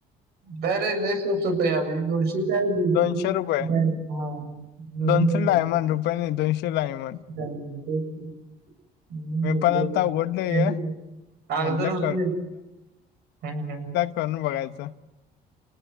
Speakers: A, on the right; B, on the left.
A: काय ते लई स्वस्त होत या वेळी दोनशे काय दीडशे
B: दोनशे रुपये
A: काय हा नवीनच
B: दोनशे डायमंड
A: होती.
B: रुपये दोनशे <unintelligible>
A: <unintelligible> मी घेतलेय
B: पण आता आवडलंय
A: <inaudible> अगोदर
B: म्हटलं
A: होतं हा.
B: कानु बघायचा.